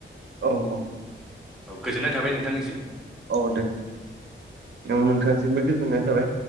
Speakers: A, on the right (about 55°); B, in the centre.
A: औ औ
B: औ गोजोननाय थाबाय नोंथांनिसिम
A: औ दे औ नोंथांसिमबो गोजोननाय थाबाय